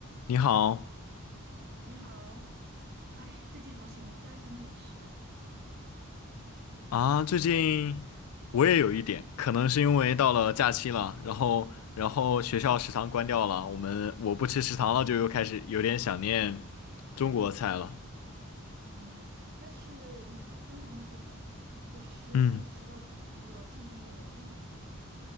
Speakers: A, on the left; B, on the right.
A: 你好
B: 你好，哎，最近好想念家乡的美食啊。
A: 啊，最近我也有一点，可能是因为到了假期了，然后然后学校食堂关掉了，我们我不吃食堂了，就又开始有点想念中国菜了。
B: 嗯，但是你在芬兰那边，就是可以吃到那个正宗的中国菜吗？
A: 嗯。